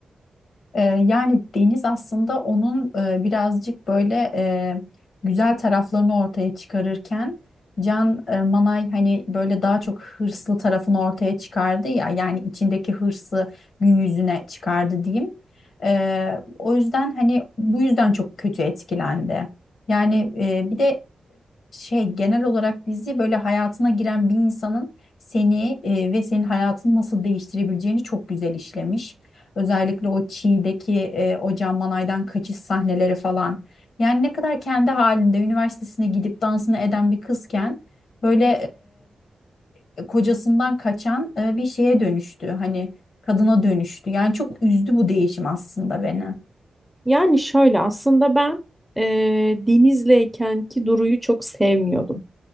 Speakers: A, on the left (about 75°); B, in the centre.
A: Ee, yani deniz aslında onun e, birazcık böyle e, güzel taraflarını ortaya çıkarırken Can e, Manay hani böyle daha çok hırslı tarafını ortaya çıkardı ya yani içindeki hırsı gün yüzüne çıkardı diyeyim. Ee, o yüzden hani bu yüzden çok kötü etkilendi. Yani e, bir de şey genel olarak dizi böyle hayatına giren bir insanın seni e, ve senin hayatını nasıl değiştirebileceğini çok güzel işlemiş. Özellikle o Çiğ'deki e, o Can Manay'dan kaçış sahneleri falan. Yani ne kadar kendi halinde üniversitesine gidip dansını eden bir kızken böyle e, kocasından kaçan e, bir şeye dönüştü. Hani kadına dönüştü. Yani çok üzdü bu değişim aslında beni.
B: Yani şöyle aslında ben e, Deniz'leyken ki Duru'yu çok sevmiyordum.